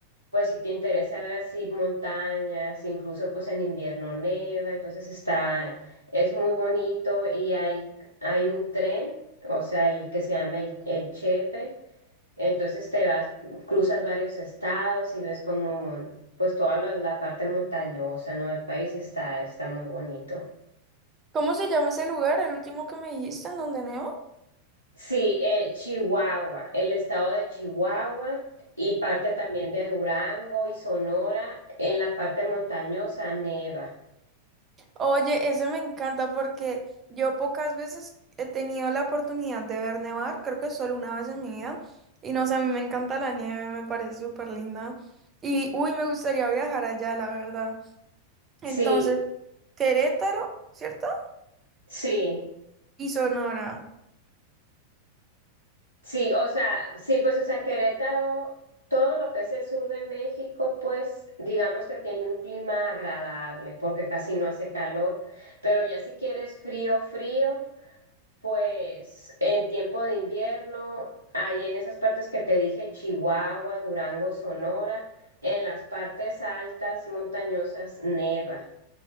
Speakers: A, on the right; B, on the right.
A: pues si te interesa ver así montañas, incluso pues en invierno neva, entonces está, es muy bonito y hay, hay un tren, o sea, el que se llama el, el Chepe, entonces te vas, cruzas varios estados y ves como mon- pues toda la, la parte montañosa, ¿no? del país y está, está muy bonito.
B: ¿Cómo se llama ese lugar, el último que me dijiste, en donde neo?
A: Sí, eh, Chihuahua, el estado de Chihuahua y parte también de Durango y Sonora, en la parte montañosa neva.
B: Oye, eso me encanta porque yo pocas veces he tenido la oportunidad de ver nevar, creo que solo una vez en mi vida. Y no sé, a mí me encanta la nieve, me parece súper linda. Y uy, me gustaría viajar allá, la verdad. Entonces,
A: Sí,
B: Querétaro, ¿cierto?
A: sí,
B: Y Sonora.
A: sí, o sea, sí, pues, o sea, Querétaro, todo lo que es el sur de México, pues, digamos que tiene un clima agradable, porque casi no hace calor, pero ya si quieres frío, frío, pues, en tiempo de invierno, ahí en esas partes que te dije, Chihuahua, Durango, Sonora, en las partes altas, montañosas, neva.